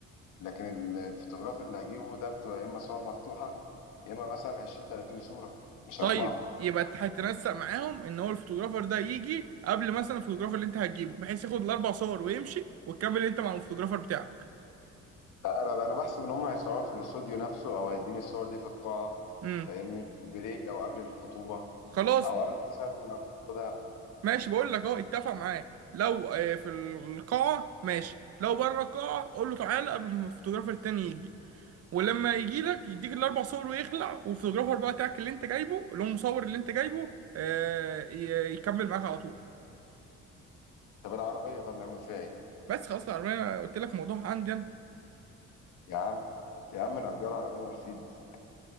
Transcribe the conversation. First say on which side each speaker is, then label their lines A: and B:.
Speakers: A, on the left; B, on the right.
A: لكن ال- الفوتوغراف اللي هجيبه ده بتبقى يا اما صور مفتوحه يا اما مثلا 20 30 صوره مش
B: طيب
A: اربعه
B: يبقى انت هتنسق معاهم ان هو الفوتوغرافر ده يجي قبل مثلا الفوتوغرافر اللي انت هتجيبه بحيث ياخد الاربع صور ويمشي وتكمل انت مع الفوتوغرافر بتاعك
A: لا انا انا بحسب ان هم هيصوروا في الاستوديو نفسه او هيديني الصور دي في القاعه
B: امم
A: فاهمني بريك او قبل الخطوبه
B: خلاص
A: او قبل مثلا ما باخدها
B: ماشي بقول لك اهو اتفق معاه لو آه، في القاعة ماشي لو بره القاعة قول له تعالى قبل ما الفوتوغرافر التاني يجي ولما يجي لك يديك الاربع صور ويخلع والفوتوغرافر بقى بتاعك اللي انت جايبه اللي هو المصور اللي انت جايبه آه، ي- يكمل معاك على طول
A: طب العربيه طب نعمل فيها ايه
B: بس خلاص العربية قلت لك موضوع عندي انا
A: يا عم يا عم نأجر عربيه مرسيدس